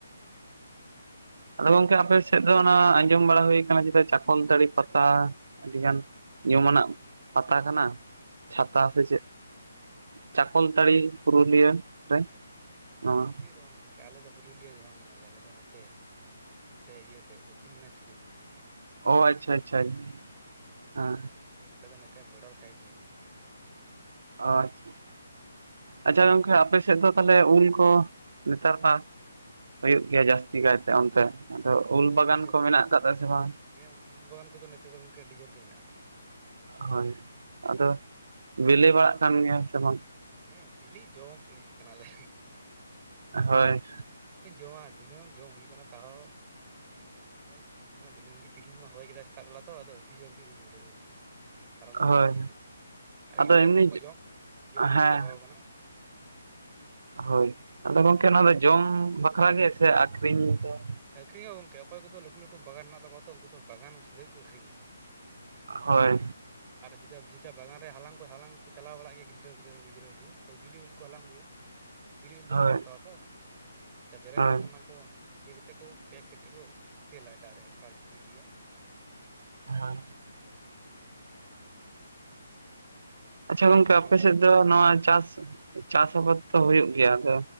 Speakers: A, on the right; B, on the right.
A: ᱟᱫᱚ ᱜᱚᱝᱠᱮ ᱟᱯᱮ ᱥᱮᱫ ᱫᱚ ᱚᱱᱟ ᱟᱸᱡᱚᱢ ᱵᱟᱲᱟ ᱦᱩᱭ ᱠᱟᱱᱟ ᱪᱮᱛᱟ ᱪᱟᱠᱚᱞ ᱛᱟᱲᱤ ᱯᱟᱛᱟ ᱟᱹᱰᱤᱜᱟᱱ - ᱧᱩᱢ ᱟᱱᱟᱜ ᱯᱟᱛᱟ ᱠᱟᱱᱟ᱾ ᱪᱷᱟᱛᱟ ᱥᱮ ᱪᱮᱫ ᱪᱟᱠᱚᱞ ᱛᱟᱹᱲᱤ
B: ᱪᱮᱫ ᱜᱚᱝᱠᱮ
A: ᱯᱩᱨᱩᱞᱤᱭᱟᱹ ᱨᱮ᱾ ᱱᱚᱣᱟ
B: ᱯᱩᱨᱩᱞᱤᱭᱟᱹ ᱫᱚ ᱵᱟᱝ ᱜᱚᱝᱠᱮ ᱟᱞᱮ ᱫᱚ᱾ ᱯᱩᱨᱩᱞᱤᱭᱟᱹ ᱫᱚ ᱵᱟᱝ ᱠᱟᱱᱟ ᱞᱮ ᱵᱚᱞᱮ ᱱᱮᱛᱮ ᱱᱮᱛᱮ ᱤᱭᱟᱹ ᱥᱮᱫ ᱫᱚᱠᱠᱷᱤᱱ ᱫᱤᱱᱟᱡᱽᱯᱩᱨ᱾
A: ᱚ ᱟᱪᱪᱷᱟ ᱟᱪᱪᱷᱟ ᱦᱮᱸ
B: ᱮᱱᱛᱮ ᱟᱞᱮ ᱫᱚ ᱱᱮᱛᱮ ᱵᱚᱰᱟᱨ <unintelligible> ᱥᱟᱭᱤᱰ ᱨᱮ ᱱᱤᱡ ᱠᱟᱱᱟ ᱞᱮ ᱵᱚᱰᱟᱨ ᱥᱟᱭᱤᱰ
A: ᱚ ᱟᱪᱪᱷᱟ ᱟᱪᱪᱷᱟ
B: ᱵᱟᱝᱞᱟᱫᱮᱥ
A: ᱜᱚᱝᱠᱮ
B: ᱵᱚᱰᱟᱨ᱾
A: ᱟᱯᱮ ᱥᱮᱫ ᱫᱚ ᱛᱟᱦᱮᱞᱮ ᱩᱞ ᱠᱚ- <unintelligible> ᱱᱤᱛᱟᱨ ᱯᱟ- ᱦᱩᱭᱩᱜ ᱜᱮᱭᱟ
B: ᱦᱮᱸ
A: ᱡᱟᱹᱥᱛᱤ ᱠᱟᱭᱛᱮ
B: ᱦᱮᱸ
A: ᱚᱱᱛᱮ ᱟᱫᱚ ᱩᱞ
B: ᱦᱮᱸ
A: ᱵᱟᱜᱟᱱ
B: ᱟᱹᱰᱤ ᱡᱳᱨ
A: ᱠᱚ ᱢᱮᱱᱟᱜ ᱟᱠᱟᱫᱛᱟ ᱥᱮ ᱵᱟᱝ᱾
B: ᱦᱮᱸ ᱩ ᱩᱞ ᱵᱟᱜᱟᱱ ᱠᱩᱫᱚ ᱱᱚᱛᱮ ᱫᱚ ᱜᱚᱝᱠᱮ ᱟᱹᱰᱤ ᱡᱳᱨ ᱜᱮ ᱢᱮᱱᱟᱜᱼᱟ
A: ᱦᱳᱭ ᱟᱫᱚ ᱵᱮᱞᱮ ᱵᱟᱲᱟᱜ ᱠᱟᱱ ᱜᱮᱭᱟ ᱥᱮ ᱵᱟᱝ
B: ᱦᱮᱸ ᱵᱤᱞᱤ ᱡᱚᱢ ᱟᱹᱲᱤᱥ ᱠᱟᱱᱟ ᱞᱮ
A: ᱦᱳᱭ
B: ᱤᱱᱟᱹᱧ ᱡᱚᱢᱟ ᱫᱤᱱᱟᱹᱢ ᱡᱚᱢ ᱦᱩᱭᱩᱜ ᱠᱟᱱᱟ ᱛᱟᱣᱚ ᱛᱟᱦᱚᱞᱮ ᱧᱩᱨᱩᱜ ᱠᱟᱱᱟ ᱫᱤᱱᱟᱹᱢ ᱜᱮ ᱛᱤᱦᱤᱧ ᱢᱟ ᱦᱚᱭ ᱠᱮᱫᱟ ᱥᱮᱛᱟᱜ <inaudible> ᱵᱮᱞᱟ ᱛᱷᱚ ᱟᱫᱚ ᱟᱹᱰᱤ ᱡᱳᱨ ᱜᱮ ᱩᱞ ᱧᱩᱨᱦᱟᱹᱣ ᱠᱟᱱᱟ ᱛᱟᱨᱟᱞ ᱵᱟᱥᱟᱞ
A: ᱦᱳᱭ
B: ᱮᱠᱫᱚᱢ ᱟᱨ
A: ᱟᱫᱚ
B: ᱜᱤᱫᱽᱨᱟᱹ
A: ᱮᱢᱱᱤ
B: ᱠᱩᱦᱚᱸ ᱠᱚ ᱡᱚᱢ ᱡᱚᱢ ᱟᱹᱲᱤᱥ
A: ᱦᱮᱸ
B: ᱪᱟᱵᱟᱣ ᱠᱟᱱᱟ
A: ᱦᱳᱭ ᱟᱫᱚ ᱜᱚᱝᱠᱮ ᱱᱚᱣᱟ ᱫᱚ ᱡᱚᱢ ᱵᱟᱠᱷᱨᱟ ᱜᱮ ᱥᱮ ᱟᱠᱷᱨᱤᱧ ᱫᱚ-
B: ᱟᱹᱠᱷᱨᱤᱧ ᱦᱚᱸ ᱜᱚᱝᱠᱮ ᱚᱠᱚᱭ ᱠᱩᱫᱚ ᱞᱟᱹᱴᱩ ᱞᱟᱹᱴᱩ ᱵᱟᱜᱟᱱ ᱢᱮᱱᱟᱜ ᱛᱟᱠᱚᱣᱟ ᱛᱷᱚ ᱩᱱᱠᱩ ᱫᱚ ᱵᱟᱜᱟᱱ ᱥᱩᱫᱷᱟᱹᱡ ᱠᱚ ᱟᱹᱠᱷᱨᱤᱧ-ᱟ
A: ᱦᱳᱭ
B: ᱟᱨ ᱡᱩᱫᱟᱹ ᱡᱩᱫᱟᱹ <unintelligible> ᱵᱟᱜᱟᱱ ᱨᱮ ᱦᱟᱞᱟᱝ- ᱚᱠᱚᱭ ᱦᱟᱞᱟᱝ ᱠᱚ ᱪᱟᱞᱟᱣ ᱵᱟᱲᱟᱜ ᱜᱮᱭᱟ ᱜᱤᱫᱽᱨᱟᱹ ᱜᱤᱫᱽᱨᱟᱹ ᱜᱤᱫᱽᱨᱟᱹ ᱠᱚ ᱩᱱᱠᱩ ᱫᱚ ᱵᱤᱞᱤ ᱩᱞ ᱠᱚ ᱦᱟᱞᱟᱝ ᱟᱹᱜᱩᱭ-ᱟ ᱩᱱᱠᱩ ᱵᱤᱞᱤ ᱩᱞ ᱫᱚ
A: ᱦᱳᱭ
B: ᱵᱟᱹᱠᱩ ᱦᱟᱛᱟᱣ ᱟ ᱛᱷᱚ ᱡᱮᱴᱟ <inaudible> ᱵᱮᱨᱮᱞ
A: ᱦᱳᱭ
B: ᱩᱞ ᱚᱱᱟ ᱠᱚ ᱤᱭᱟᱹ ᱠᱟᱛᱮᱜ ᱯᱮᱠ ᱠᱟᱛᱮ ᱠᱚ ᱥᱮᱞᱟ ᱮᱴᱟᱜ ᱨᱮ ᱚᱠᱟ ᱨᱮᱪᱚ ᱠᱚ ᱤᱫᱤᱭᱟ
A: ᱦᱳᱸᱭ
B: ᱛᱚᱵᱮ ᱢᱟ
A: ᱟᱪᱪᱷᱟ
B: ᱵᱟᱲᱟᱭ
A: ᱜᱚᱝᱠᱮ
B: ᱜᱮᱭᱟᱢ
A: ᱟᱯᱮᱥᱮᱫ
B: ᱢᱟᱞᱫᱟ
A: ᱫᱚ ᱱᱚᱣᱟ ᱪᱟᱥ ᱪᱟᱥ ᱟᱵᱟᱫ ᱛᱚ ᱦᱩᱭᱩᱜ ᱜᱮᱭᱟ ᱟᱫᱚ